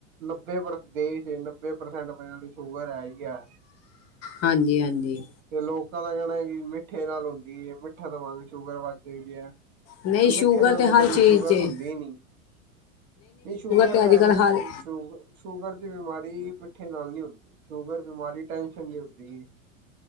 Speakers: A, on the right; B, on the left.
A: ਨੱਬੇ ਪਰ ਦੇਸ਼ ਚ ਨੱਬੇ ਪ੍ਰਸੈਂਟ ਬੀ ਸ਼ੂਗਰ ਹੈ ਹੀ ਹੈ
B: ਹਾਂਜੀ ਹਾਂਜੀ
A: ਤੇ ਲੋਕਾਂ ਦਾ ਕਹਿਣਾ ਹੈ ਕਿ ਮਿੱਠੇ ਨਾ ਲ ਹੁੰਦੀ ਹੈ ਮਿੱਠਾ ਦਵਾਂਗੇ ਸ਼ੂਗਰ ਵੱਗ ਜਾਂ ਐ
B: ਨਹੀਂ ਸ਼ੂਗਰ
A: ਮਿੱਠੇ ਨਾਲ ਤੇ
B: ਹਰ
A: ਕਦੀ
B: ਚੀਜ਼
A: ਸ਼ੂਗਰ
B: 'ਚ ਹੈ।
A: ਹੁੰਦੀ ਹੀ ਨਹੀਂ ਨਹੀਂ ਸ਼ੂਗਰ
B: ਤੇ
A: ਵੈਸੇ
B: ਅੱਜ ਕੱਲ੍ਹ ਹਰ
A: ਸ਼ੂਗ ਸ਼ੂਗਰ ਦੀ ਬਿਮਾਰੀ ਮਿੱਠੇ ਨਾਲ ਨੀ ਹੁੰਦੀ ਸ਼ੂਗਰ ਬਿਮਾਰੀ ਟੈਨਸ਼ਨ ਦੀ ਹੁੰਦੀ ਏ